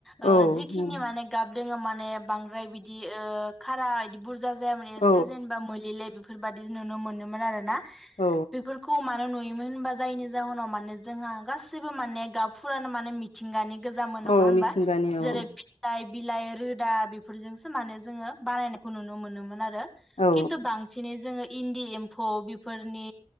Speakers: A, in the centre; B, on the left.
A: ओ
B: औ
A: जिखिनि
B: नंगौ।
A: माने गाब जोङो माने बांद्राय बिदि ओ खारा बिदि बुर जा जायामोन एसे
B: औ
A: जेनेबा मोलेले बेफोर बेफोरबादि नुनो मोनोमोन आरो ना
B: औ
A: बेफोरखौ मानो नुयो मोन होमबा जायनि जाहोनाव माने जोंहा गाससिबो माने गाब फुरानो माने मिथिंगानि गोजामोन नङा
B: औ
A: होनबा
B: मिथिंगानि
A: जेरै
B: औ
A: फिथाइ बिलाइ रोदा बेफोरजोंसो माने जोङो बानायनायखौ नुनो मोनोमोन आरो
B: औ
A: खिन्थु बांसिनै जोङो इन्दि एम्फौ बिफोरनि